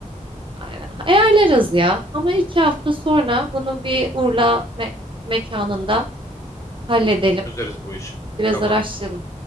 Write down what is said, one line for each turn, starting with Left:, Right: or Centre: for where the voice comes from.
Right: Aynen. Ayarlarız ya. Ama iki hafta sonra bunu bir Urla me- mekanında halledelim.
Left: Çözeriz bu işi.
Right: Biraz
Left: Tamamdır.
Right: araştıralım.